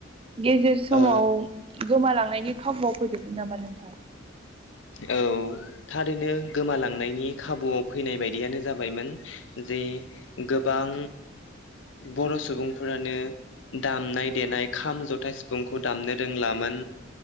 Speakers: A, on the right (about 30°); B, on the left (about 75°).
A: गेजेर समाव
B: ओ
A: गोमालां नायनि खाबुआव फैदोंमोन नामा नोंथां?
B: औ थारैनो गोमालांनायनि खाबुआव फैनाय बायदियानो जाबायमोन जे गोबां बर' सुबुंफोरानो दामनाय देनाय खाम, जथा, सिफुंखौ दामनो रोंलामोन